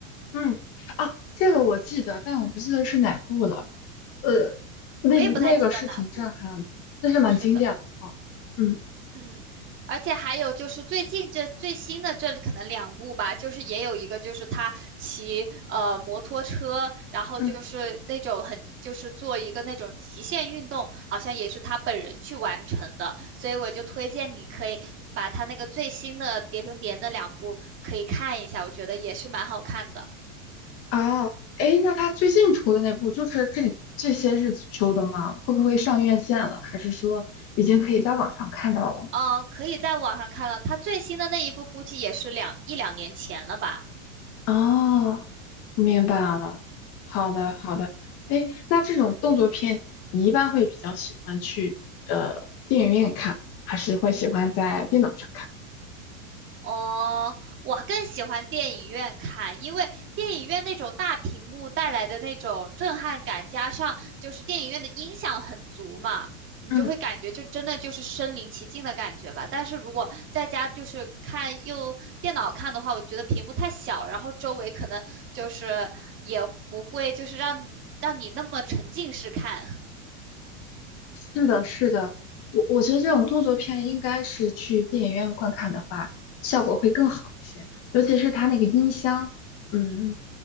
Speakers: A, on the left (about 35°); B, on the right (about 30°).
A: 嗯，啊，这个我记得，但我不记得是哪部了。呃，那那个是挺震撼的，
B: 我也不太记得哪部。
A: 那是蛮经典的哈。
B: 是的，
A: 嗯，
B: 嗯，而且还有就是最近这最新的这里可能两部吧，就是也有一个就是他骑呃摩托车，然后就是那种很就是做一个那种极限运动，
A: 嗯，
B: 好像也是他本人去完成的，所以我就推荐你可以把他那个最新的《碟中谍》那两部可以看一下，我觉得也是蛮好看的。嗯
A: 啊，哎，那他最近出的那部就是这这些日子出的吗？会不会上院线了？还是说已经可以在网上看到了？
B: 呃，可以在网上看了，他最新的那一部估计也是两一两年前了吧？
A: 哦，明白了。
B: 是的，
A: 好的，好的。
B: 嗯。
A: 哎，那这种动作片，你一般会比较喜欢去呃电影院看，还是会喜欢在电脑上看？
B: 哦，我更喜欢电影院看，因为电影院那种大屏幕带来的那种震撼感，加上就是电影院的音响很足嘛，你就会感觉就真的就是身临其境的感觉吧。
A: 嗯，
B: 但是如果在家就是看用电脑看的话，我觉得屏幕太小，然后周围可能就是也不会就是让让你那么沉浸式看。<laughs>
A: 是的，是的，我我觉得这种动作片应该是去电影院观看的话，效果会更好一些，尤其是它那个音箱，嗯，